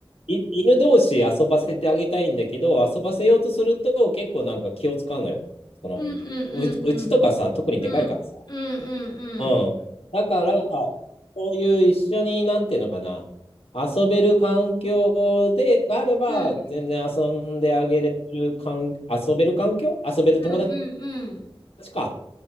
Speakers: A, on the left (about 80°); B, on the left (about 45°).
A: い、犬同士遊ばせてあげたいんだけど、遊ばせようとすると結構なんか気を使うのよ。その、
B: うんうんうんうん。
A: うち、うちとかさ、特にでかいからさ。
B: うんうんうんうん。
A: うん。だから、そういう一緒に、なんていうのかな、遊べる環境で、があれば、
B: うん
A: 全然遊んであげれる環、遊べる環境遊べる友達
B: うんうんうん。
A: か。